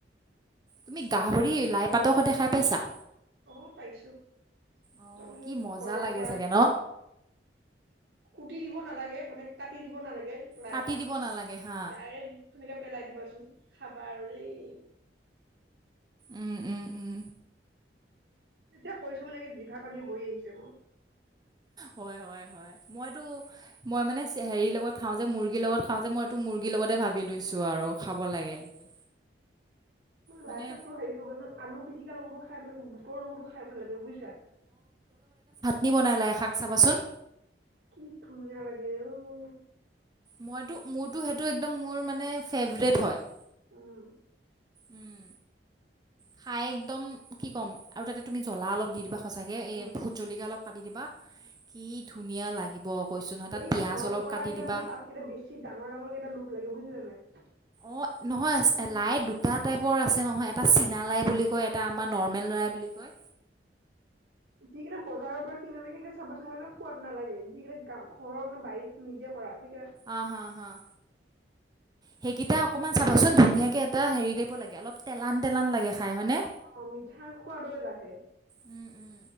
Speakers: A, on the right; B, on the right.
A: তুমি গাহৰি লাই পাতৰ সৈতে খাই পাইছা?
B: অঁ পাইছো একদম
A: অ কি মজা
B: ঘৰৰ
A: লাগে
B: পৰা
A: চাগে ন
B: কুটি দি দ নালাগে মানে কাটি দিব নালাগে। লাই
A: কাটি
B: পাতটো
A: দিব নালাগে হা
B: ডাইৰেক্ট সেনেকে। পেলাই দিবাচোন খাবা আৰু দেই
A: উম উম উম।
B: এতিয়া কৈছো মানে কি জিভা পানী বৈ আহিছে মোৰ
A: হয়, হয়, হয় মইতো মই মানে হেৰি লগত খাওঁ যে মুৰ্গীৰ লগত খাওঁ যে মইতটো মুৰ্গীৰ লগতে ভাবি লৈছো আৰু খাব লাগে বুলি। মানে
B: লাই পাততো হেৰি কৰিবচোন আলু পিটিকী লগতো খাব লাগে বুটৰ লগতো খাই লাগে বুজিছা
A: নিবনাই লাই শাক চাবাচোন
B: কি ধুনীয়া লাগে অঁ
A: মইটো মোৰটো সেইটো একদম মোৰ মানে ফেভৰেট হয়।
B: উম।
A: উম খাই একদম কি ক'ম আৰু তাতে তুমি জ্বলা অলপ দি দিবা। সঁচাকৈ এই
B: উম
A: ভুট জলকীয়া অলপ পাতি দিবা। কি ধুনীয়া লাগিব। কৈছোঁ নহয় তাত
B: এই
A: পিঁয়াজ
B: ঘৰত
A: অলপ
B: কৰা
A: কাটি
B: কেইটা
A: দিবা
B: মানে পাতকেইটা বেছি ডাঙৰ ডাঙৰ কেইটা লোভ লাগে। বুজিছা না নাই।
A: অঁ নহয়
B: যি
A: লাই দুটা টাইপৰ আছে নহয় এটা চীনা লাই বুলি কয় এটা আমাৰ নৰ্মেল লাই বুলি কয়।
B: যিকেইটা বজাৰৰ পৰা কিনা লাই সেইকেইচা চাবা চোন মানে সোৱাদ নালাগে যিকেইটা ঘৰ মানে বাৰী নিজে কৰা সেই
A: অঁ হাঁ হাঁ সেইকেইটা অকমান চাবাচোন ধুনীয়াকে এটা হেৰি দিব লাগে অলপ তেলান তেলান লাগে খাই হয় নে!
B: অঁ মিঠাই খোৱাদৈ ৰাে
A: উম উম